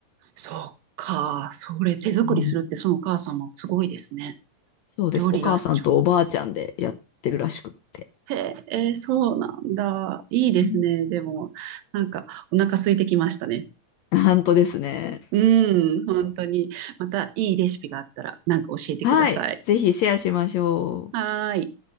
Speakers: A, on the right; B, on the left.
A: そっか。それ手作りするってそのお母様すごいですね。
B: うん、そうです。
A: 料理がちょ
B: お母さんとおばあちゃんでやってるらしくって。
A: へえ、そうなんだ。いいですね。
B: うん
A: でも、なんかお腹空いてきましたね。
B: 本当ですね。
A: うん、本当に。またいいレシピがあったらなんか教えてください。
B: はい。ぜひシェアしましょう。
A: はーい。